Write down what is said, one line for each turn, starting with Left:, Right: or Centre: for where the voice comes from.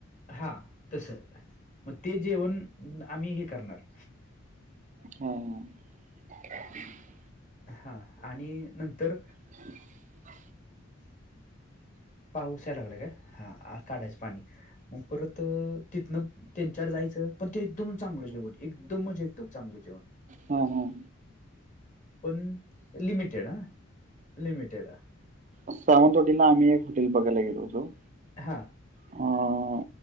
Left: हा तस मग ते जेवण आम्ही हे करणार
Right: हा अ
Left: हा आणि नंतर
Right: <unintelligible>
Left: ह पाऊसायला लागले काय हा काढायचं पाणी मग परत तिथनं त्यांच्याड जायचं पण ते एकदम चांगलंचव एकदम मजा येतेतो चांगलं जेवण
Right: हां हां
Left: हण लिमिटेड ह लिमिटेड ह
Right: सेवंत हटलला आम्ही एक हॉटे बघय गेलो होतो
Left: हा
Right: अं,